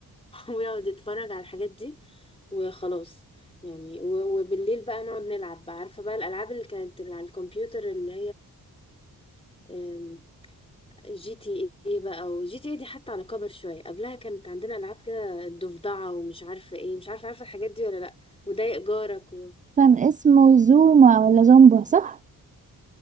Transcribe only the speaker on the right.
كان اسمه زوما ولا زومبا صح